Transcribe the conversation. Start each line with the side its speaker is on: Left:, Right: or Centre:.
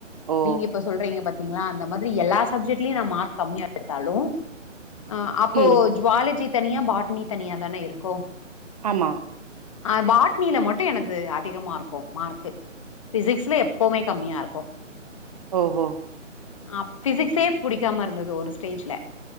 Right: ஓ
Left: நீங்க இப்ப சொல்றீங்க பத் லா அந்த மாதிரி எல்லா சப்ஜெக்ட்லயும் நான் மார்க் கம்மியா எடுத்தாலும் ஆஹ அப்போ
Right: ம்
Left: ஜுவாலஜி தனியா பாட்டினி தனியா தானே இருக்கும்
Right: ஆமா
Left: அஹ் பாட்னியில மட்டும் எனது அதிகமா இருக்கும் மார்க்கு பிசிக்ஸ்ல எப்பவுமே கம்மியா இருக்கும்
Right: ஓஹ
Left: அஹ் பிசிக்ஸே புடிக்காம இருந்தது ஒரு ஸ்டேஜ்ல